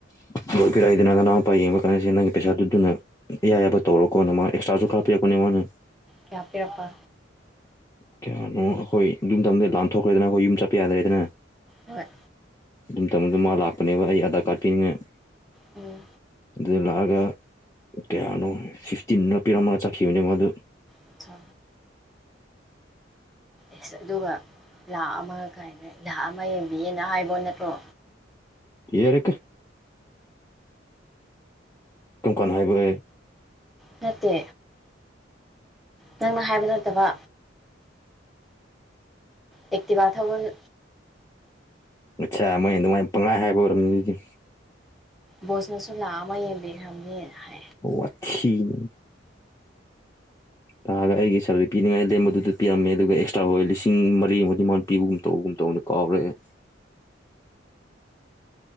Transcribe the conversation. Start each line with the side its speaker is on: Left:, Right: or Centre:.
Left: <unintelligible> ꯀꯗꯥꯏ ꯅꯥ ꯅꯅꯥꯏꯄ ꯌꯦꯡꯕ ꯀꯟꯗꯥ ꯁꯦ ꯅꯪꯒꯤ ꯄꯩꯁꯥꯗꯨ ꯗꯨꯅ ꯑꯦꯌꯥ ꯌꯥꯕ ꯇꯧꯔꯣꯀꯣ ꯅꯪ ꯃꯥ ꯑꯦꯛꯁꯇ꯭ꯔꯥꯁꯨ ꯈꯥꯔ ꯄꯤꯔꯛꯄꯅꯦ ꯃꯥꯅ
Centre: ꯀꯌꯥ ꯄꯤꯔꯛꯄ?
Left: ꯀꯌꯥꯅꯣ ꯑꯈꯣꯏ ꯗꯨꯃꯇꯝꯗ ꯂꯥꯟꯊꯣꯛꯈ꯭ꯔꯦꯗꯅ ꯀꯣ ꯌꯨꯝ ꯆꯠꯄ ꯌꯥꯗ꯭ꯔꯦꯗꯅ
Centre: ꯍꯣꯏ
Left: ꯑꯗꯨ ꯃꯇꯝꯗꯨꯗ ꯃꯥ ꯂꯥꯛꯄꯅꯦꯕ ꯑꯩ ꯑꯥꯙꯥꯔ ꯀꯥꯔꯗ ꯄꯤꯅꯤꯡꯉꯥꯏ
Centre: ꯎꯝ
Left: ꯑꯗꯨꯗ ꯂꯥꯛꯑꯒ ꯀꯌꯥꯅꯣ ꯐꯤꯐꯇꯤꯟꯔ ꯄꯤꯔꯝꯃꯒ ꯆꯠꯈꯤꯕꯅꯦ ꯃꯥꯗꯨ
Centre: ꯑꯆꯥ ꯑꯦꯁ ꯑꯗꯨꯒ ꯂꯥꯛ ꯑꯃ ꯀꯥꯏꯅ ꯂꯥꯛ ꯑꯃ ꯌꯦꯡꯕꯤꯌꯦꯅ ꯍꯥꯏꯕ ꯅꯠꯇ꯭ꯔꯣ
Left: ꯌꯔꯦꯀꯥ ꯀꯥꯔꯝ ꯀꯟ ꯍꯥꯏꯕꯥ ꯑꯩ?
Centre: ꯅꯠꯇꯦ ꯅꯪꯅ ꯍꯥꯏꯕ ꯅꯠꯇꯕ ꯑꯦꯛꯇꯤꯚꯥ ꯊꯧꯕꯟ
Left: ꯑꯠꯆꯥꯥ ꯃꯣꯏ ꯑꯗꯨꯃꯥꯏꯅ ꯄꯪꯍꯥꯏ ꯍꯥꯏꯕ ꯑꯣꯏꯔꯝꯅꯤ ꯑꯗꯨꯗꯤ
Centre: ꯕꯣꯁꯅꯁꯨ ꯂꯥꯛ ꯑꯃꯥ ꯌꯦꯡꯕꯤꯈ꯭ꯔꯝꯅꯦ ꯍꯥꯏ
Left: ꯋꯠꯊꯤꯅꯦ ꯅꯥꯍꯟ ꯑꯩꯒꯤ ꯁꯦꯂꯔꯤ ꯄꯤꯅꯤꯡꯉꯥꯏ ꯂꯦꯝꯕꯗꯨꯗ ꯄꯤꯔꯝꯃꯦ ꯑꯗꯨꯒ ꯑꯦꯛꯁꯇ꯭ꯔꯥ ꯍꯣꯏ ꯂꯤꯁꯤꯡ ꯃꯔꯤꯃꯨꯛꯗꯤ ꯃꯥꯅ ꯄꯤꯕꯒꯨꯝ ꯇꯧꯒꯨꯝ ꯇꯧꯕꯅꯦ ꯀꯥꯎꯔꯦ ꯑꯩ